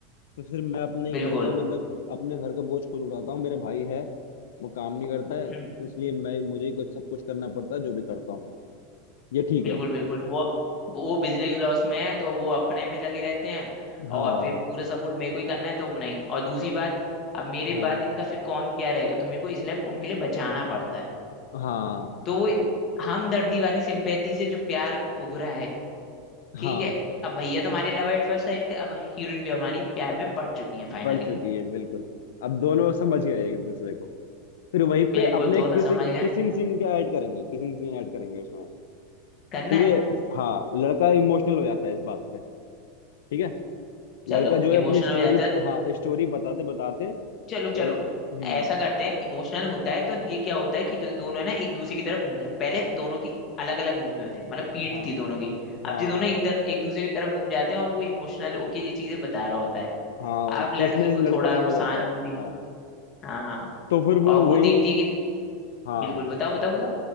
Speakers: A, on the left (about 85°); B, on the left (about 25°).
A: तो फिर मैं अपने ही
B: बिल्कुल
A: घर का मतलब अपने घर का बोझ खुद उठाता हूँ मेरा भाई है वो काम नहीं करता है
B: हम्म
A: तो इसलिए मैं मुझे ही कुछ सब कुछ करना पड़ता है जो भी करता हूँ ये ठीक
B: बिल्कुल
A: है
B: बिल्कुल वो वो बिजनेस लॉस में है तो वो अपने में लगे रहते हैं
A: हाँ
B: और फिर पूरा सपोर्ट मेरे को ही करना है तो नहीं और दूसरी बात अब मेरे
A: हाँ
B: बाद इनका फिर कौन क्या रहेगा तो मेरे को इसलिए उनके लिए बचाना पड़ता है
A: हाँ
B: तो वो
A: ये-
B: हमदर्दी वाली सिंपैथी से जो प्यार उभरा है ठीक
A: हाँ
B: है अब भैया तो हमारे लव एट फर्स्ट साइड थे, अब हीरोइन भी हमारी प्यार में पड़ चुकी है फाइनली
A: बढ़ चुकी है बिल्कुल अब दोनों समझ गए एक दूसरे को फिर वहीं
B: बिल्कुल
A: पे अपने
B: दोनों
A: किसिंग
B: समझ गए
A: किसिंग सीन का ऐड करेंगे किसिंग सीन ऐड करेंगे उसमें
B: करना
A: ठीक
B: है
A: है हाँ लड़का इमोशनल हो जाता है इस बात पे ठीक है
B: चलो
A: लड़का जो है अपनी
B: इमोशनल
A: स्टोरी
B: हो जाता है
A: हाँ स्टोरी बताते बताते
B: चलो चलो
A: लड़ हम्म
B: ऐसा करते हैं इमोशनल होता है तो ये क्या होता है कि जो दोनों है ना एक दूसरे की तरफ घूम जाते हैं। पहले दोनों की अलग अलग घूमे होते हैं मतलब पीठ
A: हाँ
B: थी दोनों की
A: हाँ
B: अब जो दोनों एक दर, एक दूसरे की तरफ घूम जाते हैं और वो इमोशनल होके ये चीजें बता रहा होता है
A: हाँ
B: अब लड़की
A: तो इसमें
B: को
A: लड़का
B: थोड़ा
A: रो
B: वो सहानुभूति
A: जाता है हाँ
B: हाँ हाँ
A: तो फिर वो
B: और वो
A: वही
B: देखती है कि
A: हाँ
B: बिल्कुल बताओ बताओ बताओ